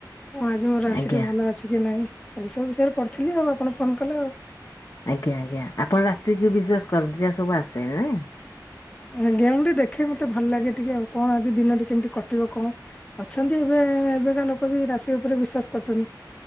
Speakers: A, on the left; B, on the left.
A: ହଁ ଆଜି ମୋର ରାଶିଟି
B: ଆଜ୍ଞା।
A: ଭଲ ଅଛି କି ନାହିଁ। ଏସବୁ ବିଷୟରେ ପଢ଼ଥିଲି ଆଉ ଆପଣ ଫୋନ କଲେ ଆଉ
B: ଆଜ୍ଞା, ଆଜ୍ଞା। ଆପଣ ରାଶି କି ବିଶ୍ୱାସ କରନ୍ତି, ଯାହା ସବୁ ଆସେ, ନାଁ?
A: ଏମିତି ଏମିତି ଦେଖେ ମତେ ଭଲ ଲାଗେ ଟିକେ ଆଉ। କଣ ଆଜି ଦିନଟି କେମିତି କଟିବ କଣ? ଅଛନ୍ତି ଏବେ ଏବେକା ଲୋକ ବି ରାଶି ଉପରେ ବିଶ୍ୱାସ କରୁଛନ୍ତି।